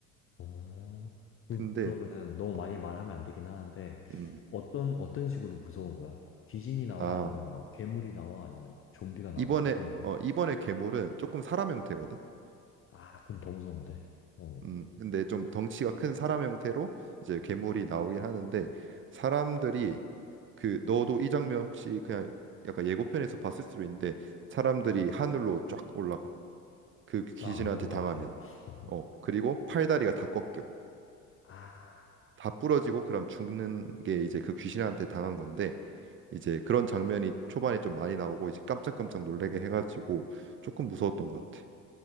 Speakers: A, on the left; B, on the right.
A: 어. 그,
B: 근데
A: 그러면은 너무
B: 어,
A: 많이 말하면 안 되긴 하는데,
B: 음,
A: 어떤, 어떤 식으로 무서운 거야? 귀신이 나와?
B: 아
A: 아니면 막 괴물이 나와? 아니면 좀비가 나와?
B: 이번에
A: 어떤 게 나와?
B: 어 이번에 괴물은 조금 사람 형태거든.
A: 아, 그건 더 무서운데. 어,
B: 음, 근데 좀 덩치가 큰 사람 형태로 이제 괴물이 나오긴 하는데 사람들이 그 너도 이 장면 혹시 그냥 약간 예고편에서 봤을 수도 있는데 사람들이 하늘로 쫙 올라가 그 귀신한테
A: 나 안 본 것
B: 당하면
A: 같아. <laughs> 어.
B: 어 그리고 팔다리가 다 꺾여
A: 아,
B: 다 부러지고 그럼 죽는 게 이제 그 귀신한테 당한 건데 이제 그런 장면이 초반에 좀 많이 나오고 이제 깜짝깜짝 놀래게 해가지고 조금 무서웠던 것 같아.